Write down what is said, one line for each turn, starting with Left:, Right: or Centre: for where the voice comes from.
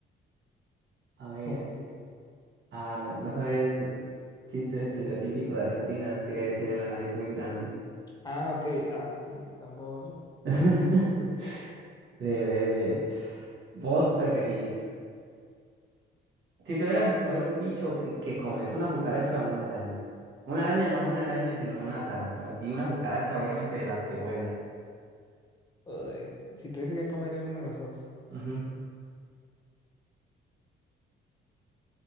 Right: A ver,
Left: como así.
Right: ah, no, no sabes chiste estereotípico de Argentina es que tiene la nariz muy grande.
Left: Ah, ok, ah, sí, tampoco yo.
Right: <laughs>
Left: Sí, sí.
Right: Breve, breve, breve. ¿Vos preferís? Si tuvieras que comer un bicho, ¿qué, qué comes? ¿Una cucaracha o una araña? Una araña no una araña, sino una tarántula. Y una cucaracha, obviamente, de las que vuelan.
Left: Ay, si tuviese que comer alguno de los dos.
Right: Ujú.